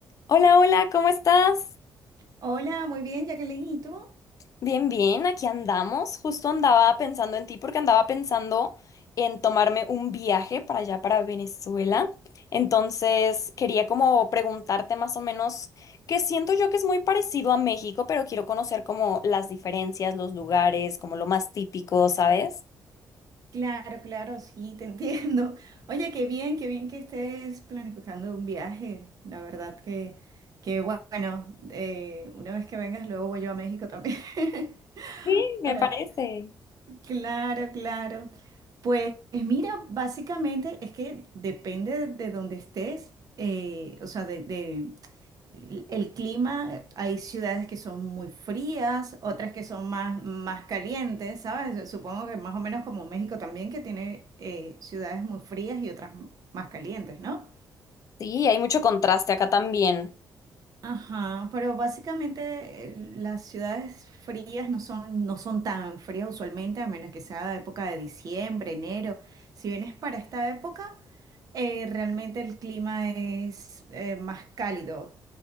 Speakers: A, on the left (about 50°); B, on the right (about 55°).
A: Hola, hola, ¿cómo estás?
B: Hola, muy bien, Jacqueline, ¿y tú?
A: Bien, bien, aquí andamos. Justo andaba pensando en ti porque andaba pensando en tomarme un viaje para allá, para Venezuela. Entonces, quería como preguntarte más o menos, que siento yo que es muy parecido a México, pero quiero conocer como las diferencias, los lugares, como lo más típico, ¿sabes?
B: Claro, claro, sí, te <laughs> entiendo. Oye, qué bien, qué bien que estés planificando un viaje. La verdad que, que bueno, eh, una vez que vengas, luego voy yo a México también. <laughs>
A: Sí, me
B: Ahora,
A: parece.
B: claro, claro. Pues mira, básicamente es que depende de donde estés, eh, o sea, de, El clima, hay ciudades que son muy frías, otras que son más, más calientes, ¿sabes? Supongo que más o menos como México también, que tiene eh, ciudades muy frías y otras más calientes, ¿no?
A: Sí, hay mucho contraste acá también.
B: Ajá, pero básicamente eh, las ciudades frías no son, no son tan frías usualmente, a menos que sea época de diciembre, enero. Si vienes para esta época, eh, realmente el clima es eh, más cálido